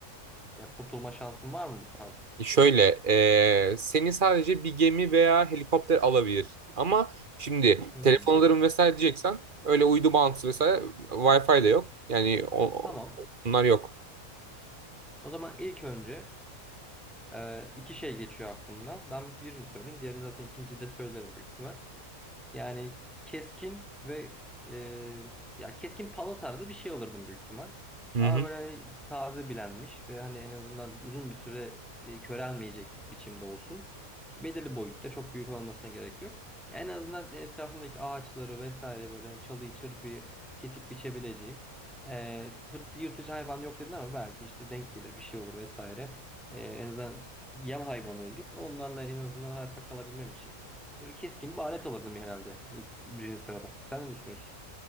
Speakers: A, in the centre; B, on the right.
A: Ya kurtulma şansım var mı bu tarz?
B: Şöyle, e, seni sadece bir gemi veya helikopter alabilir. Ama şimdi
A: Hmm.
B: telefon alırım vesaire diyeceksen öyle uydu bağlantısı vesaire Wi-Fi de yok. Yani o, o-
A: Tamam.
B: bunlar yok.
A: O zaman ilk önce e, iki şey geçiyor aklımdan. Ben birini söyleyeyim. Diğerini zaten ikinci de söylerim büyük ihtimal. Yani keskin ve e, ya keskin pala tarzı bir şey alırdım büyük ihtimal.
B: Hı
A: Ama
B: hı.
A: böyle hani taze bilenmiş ve hani en azından uzun bir süre e, körelmeyecek biçimde olsun. Belirli boyutta çok büyük olmasına gerek yok. Ya en azından etrafımdaki ağaçları vesaire böyle hani çalıyı çırpıyı kesip biçebileceğim. E, hırt- yırtıcı hayvan yok dedin ama belki işte denk gelir bir şey olur vesaire. E, en azından yem hayvanı olur. Onlarla en azından hayatta kalabilmem için. Böyle keskin bir alet alırdım herhalde ilk birinci sırada. Sen ne düşünüyorsun?